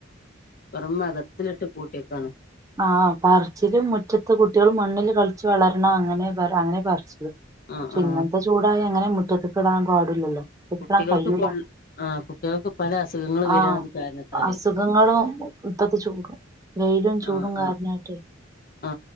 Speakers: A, on the left (about 45°); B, on the right (about 15°).
A: പുറമെ മകത്തിലിട്ട് കൂട്ടിക്കാണ്
B: ആ പറിച്ചിലും മുറ്റത്ത് കുട്ടികൾ മണ്ണിൽ കളിച്ചു വളരണം അങ്ങനെ പറ അങ്ങനെ പറിച്ചില പക്ഷെ
A: ആഹ് ആഹ്
B: ഇങ്ങനത്തെ ചൂടായി അങ്ങനെ മുറ്റത്ത് കിടാൻ പാടില്ലല്ലോ മുറ്റത്ത്ക്കിടാൻ
A: കുട്ടികൾക്ക്
B: കഴിയൂല
A: കൊ ആ കുട്ടികൾക്ക് പല അസുഖങ്ങൾ വരാണ്ത്
B: ആഹ്
A: കാരണത്താൽ
B: അസുഖങ്ങളും ഇപ്പത്തെ ചൂടും വെയിലും ചൂടും
A: ആ
B: കാരണായിട്ടെ
A: ആ ആ